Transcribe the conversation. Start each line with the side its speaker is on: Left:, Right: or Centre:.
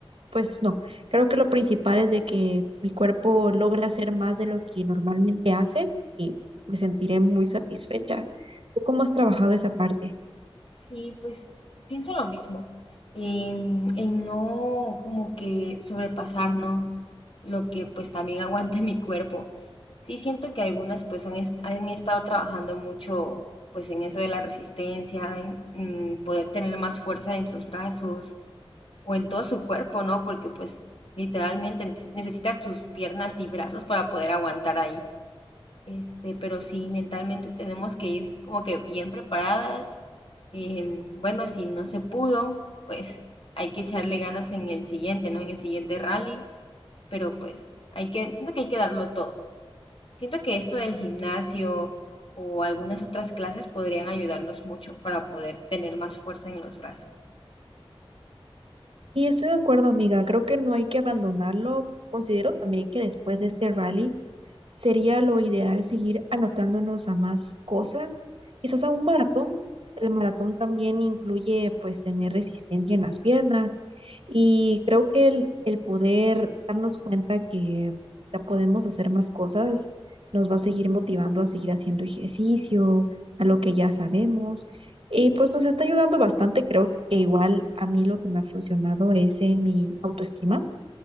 Right: pues no, creo que lo principal es de que mi cuerpo logra hacer más de lo que normalmente hace y me sentiré muy satisfecha. ¿Tú cómo has trabajado esa parte?
Left: Sí, pues pienso lo mismo, en, en no como que sobrepasar, ¿no? Lo que pues también <laughs> aguante mi cuerpo. Sí siento que algunas pues han, est- han estado trabajando mucho pues en eso de la resistencia, en mm, poder tener más fuerza en sus brazos o en todo su cuerpo, ¿no? Porque pues literalmente necesitas tus piernas y brazos para poder aguantar ahí. Este, pero sí, mentalmente tenemos que ir como que bien preparadas. Em, bueno, si no se pudo, pues hay que echarle ganas en el siguiente, ¿no? En el siguiente rally, pero pues hay que, siento que hay que darlo todo. Siento que esto del gimnasio o algunas otras clases podrían ayudarnos mucho para poder tener más fuerza en los brazos.
Right: Y estoy de acuerdo, amiga. Creo que no hay que abandonarlo. Considero también que después de este rally sería lo ideal seguir anotándonos a más cosas, quizás a un maratón. El maratón también incluye pues tener resistencia en las piernas y creo que el, el poder darnos cuenta que ya podemos hacer más cosas nos va a seguir motivando a seguir haciendo ejercicio, a lo que ya sabemos. Y pues nos está ayudando bastante, creo que igual a mí lo que me ha funcionado es en mi autoestima.